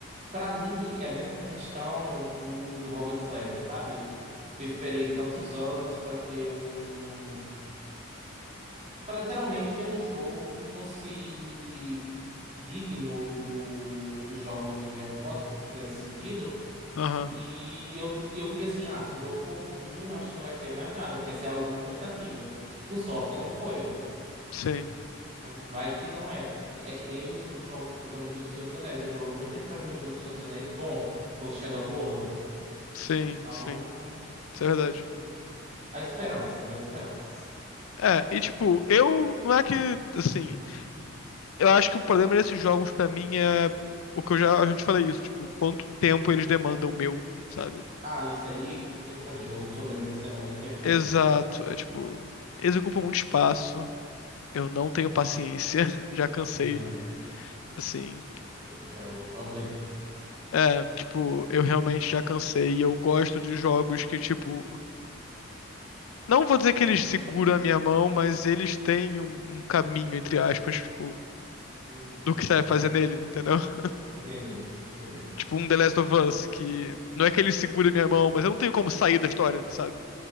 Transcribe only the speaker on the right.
pra mim é a mesma questão do, do Hogwarts Legacy, sabe? Que eu esperei tantos anos pra ter um. Pra literalmente ter um jogo que fosse digno do, dos jogos de Harry Potter, assim, que fizesse sentido.
E eu, e eu fiquei assim, ah, se o jogo for ruim, eu acho que não vai sair mais nada, porque essa é a última tentativa. Por sorte, não foi,
né? Vai que não é. É que nem os, os jogos também do Senhor dos Anéis. Demorou muito tempo pra ver um jogo do Senhor dos Anéis bom. Foi o Shadow of Mordor.
Então,
né, há esperanças, há esperanças.
Ah, isso aí não tem o que fazer. Jogo de sobrevivência demora muito tempo mesmo.
Não,
aí já é outro problema.
Hum,
Entendi, entendi.